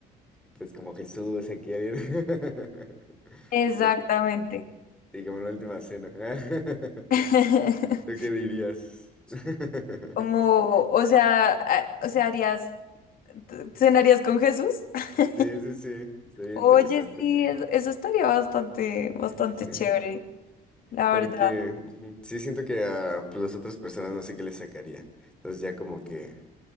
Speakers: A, in the centre; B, on the left.
A: pues como Jesús, aquí alguien. <laughs>
B: Exactamente.
A: Ya, Sí, como la última cena. <laughs>
B: <laughs>
A: ¿Tú qué dirías? <laughs>
B: Como, o sea, a- o sea, harías, ¿cenarías con Jesús? <laughs>
A: Sí, sí, sí. Sería
B: Oye,
A: interesante,
B: sí,
A: sí.
B: eso, eso estaría bastante, bastante
A: Sí.
B: chévere, la
A: Porque
B: verdad.
A: ujú, sí siento que a pues, las otras personas no sé qué les sacaría. Entonces ya como que,